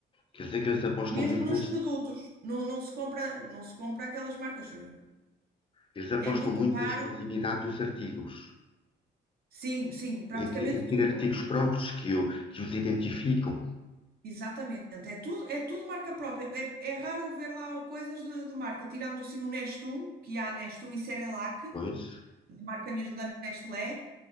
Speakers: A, on the left; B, on the right.
A: Quer dizer que eles apostam
B: Mesmo
A: muito
B: nos
A: nas,
B: produtos, não, não se compra, não se compra aquelas marcas. eh,
A: eles apostam
B: É muito
A: muito
B: raro.
A: na exclusividade dos artigos,
B: Sim, sim, praticamente
A: em, te- em ter
B: tudo.
A: artigos próprios que, o- que os identificam.
B: Exatamente, é tudo, é tudo marca própria. É, é raro ver lá coisas de, de marca, tirando assim o Nestum, que há Nestum e Cerelac,
A: Pois,
B: de marca mesmo da Nestlé.